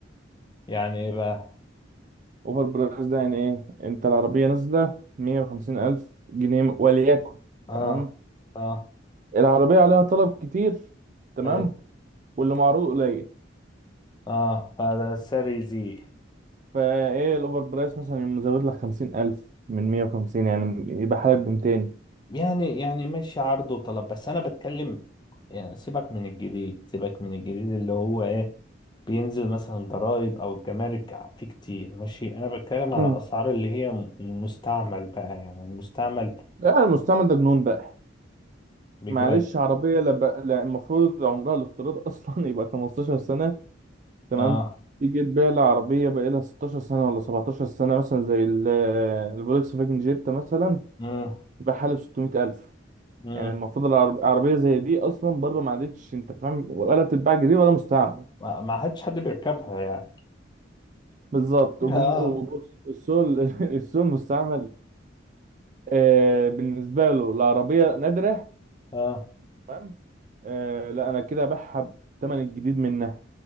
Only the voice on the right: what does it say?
اوفر برايس ده يعني ايه انت العربيه نازله 150 الف جنيه وليكن
تمام
العربيه عليها طلب كتير تمام
واللي معروض قليل
فايه الاوفر برايس مثلا يقوم مزود لك 50 الف من 150 يعني يبقى حالك ب 200
امم
لا المستعمل ده جنون بقى
معلش عربيه لا بقى لا المفروض عمرها الافتراضي <laughs> اصلا يبقى 15 سنه تمام
تيجي تبيع لي عربيه بقى لها 16 سنه ولا 17 سنه مثلا زي ال- الفولكس فاجن جيتا مثلا
بحاله 600000
يعني المفروض العرب- العربية زي دي أصلا بره ما عادتش أنت فاهم ولا بتتباع جديد ولا مستعمل
بالظبط
وبن...
وبص السوق ال- <laughs> السوق المستعمل آه بالنسبة له العربية نادرة
تمام آه لا أنا كده أبيعها بالثمن الجديد منها